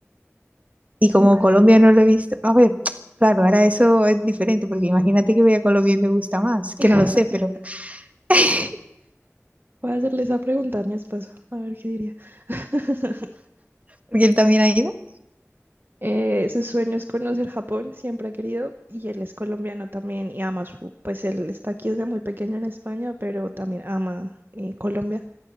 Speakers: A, on the right (about 30°); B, on the right (about 45°).
A: y como
B: Bueno,
A: Colombia no lo he visto, a ver, claro, ahora eso es diferente, porque imagínate que voy a Colombia y me gusta más, que
B: <laughs>
A: no lo sé, pero <laughs>
B: voy a hacerle esa pregunta a mi esposo, a ver qué diría. <laughs>
A: porque él también ha ido.
B: Eh, su sueño es conocer Japón, siempre ha querido, y él es colombiano también y ama su, pues él está aquí desde muy pequeño en España, pero también ama eh, Colombia.